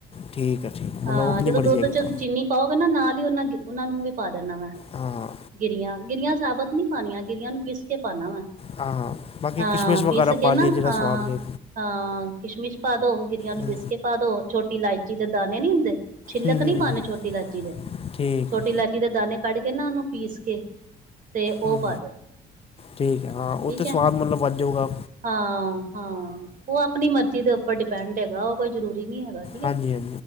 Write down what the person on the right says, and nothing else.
ਹਾਂ
ਜਦੋਂ ਦੁੱਧ
ਚ
ਅਸੀਂ ਚੀਨੀ ਪਾਓਗੇ ਨਾ ਨਾਲ ਹੀ ਉਹਨਾ ਉਹਨਾਂ ਨੂੰ ਵੀ ਪਾ ਦੇਨਾ ਵੇ ਮੈਂ
ਗਿਰੀਆਂ ਗਿਰੀਆਂ ਸਾਬਤ ਨੀ ਪਾਣੀਆਂ ਗਿਰੀਆਂ ਨੂੰ ਪੀਸ ਕੇ ਪਾਣਾ ਵਾ।
ਹਾਂ
ਪੀਸ ਕੇ
ਨਾ
ਹਾਂ
ਹਾਂ ਕਿਸ਼ਮਿਸ਼ ਪਾ ਦੋ ਗਿਰੀਆਂ ਨੂੰ
ਪਿਸਕੇ ਪਾ ਦੋ ਛੋਟੀ ਇਲਾਇਚੀ ਦੇ ਦਾਣੇ ਨੀ ਹੁੰਦੇ ਛਿੱਲਕ
ਨਹੀਂ ਪਾਣੇ ਛੋਟੀ ਇਲਾਇਚੀ ਦੇ
ਛੋਟੀ
ਇਲਾਇਚੀ ਦੇ ਦਾਣੇੇ ਕੱਢ ਕੇ ਨਾ ਉਹਨੂੰ ਪੀਸ ਕੇ ਤੇ ਉਹ
ਪਾ ਦੋ
ਠੀਕ
ਹੈ
ਹਾਂ ਹਾਂ ਉਹ ਆਪਣੀ ਮਰਜ਼ੀ ਦੇ ਉੱਪਰ ਡਿਪੈਂਡ ਹੈਗਾ ਉਹ ਕੋਈ ਜਰੂਰੀ ਨਹੀਂ ਹੈਗਾ ਠੀਕ ਹੈ